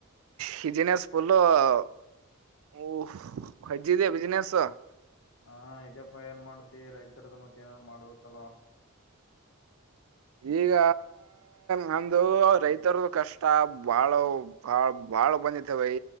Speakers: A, on the right; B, on the left.
A: ಹಿಜಿನಸ್ ಪಲ <inaudible> ಓ ಜ್ಜಿದೆ ಬಿಸ್ಿನೆಸ್. <inaudible>
B: ಹಾ ಇದ್ಯಪ್ಪಾ ಏನ್ ಮಾಡ್ತಿ ರೈತರದ ಮತ್ತೆ ಏನೇನ್ ಮಾಡ್ಬೇಕಲ್ವಾ.
A: ಈಗ ನಮ್ದ ರೈತರದು ಕಷ್ಟ ಬಾಳ ಬಾಳ್. ಬಾಳ ಬಂದತ್ತವೆೈ.